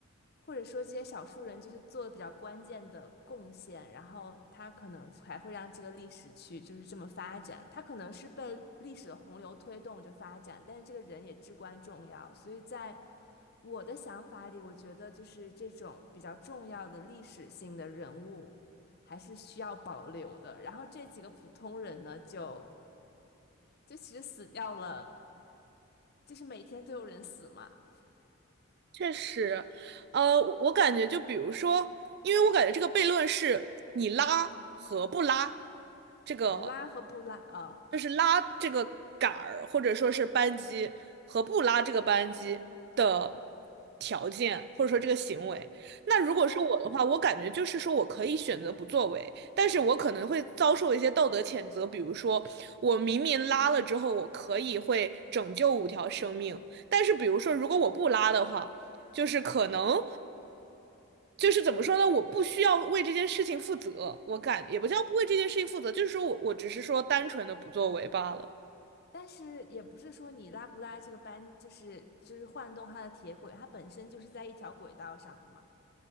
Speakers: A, on the left; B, on the right.
A: 或者说这些少数人就是做的比较关键的贡献，然后他可能才会让这个历史去就是这么发展。他可能是被历史的洪流推动着发展，但是这个人也至关重要。所以在我的想法里，我觉得就是这种比较重要的历史性的人物还是需要保留的。然后这几个普通人呢，就就其实死掉了，就是每天都有人死嘛。
B: 确实，呃，我我感觉就比如说，因为我感觉这个悖论是你拉和不拉这个
A: 你拉和不拉啊？
B: 就是拉这个杆儿，或者说是扳机和不拉这个扳机的条件，或者说这个行为。那如果是我的话，
A: 呃，
B: 我感觉就是说我可以选择不作为，但是我可能会遭受一些道德谴责，比如说我明明拉了之后，我可以会拯救五条生命，但是比如说如果我不拉的话。就是可能，就是怎么说呢？我不需要为这件事情负责，我感也不叫不为这件事情负责，就是说我我只是说单纯的不作为罢了。
A: 但是也不是说你拉不拉这个班，就是就是晃动它的铁轨，它本身就是在一条轨道上的嘛，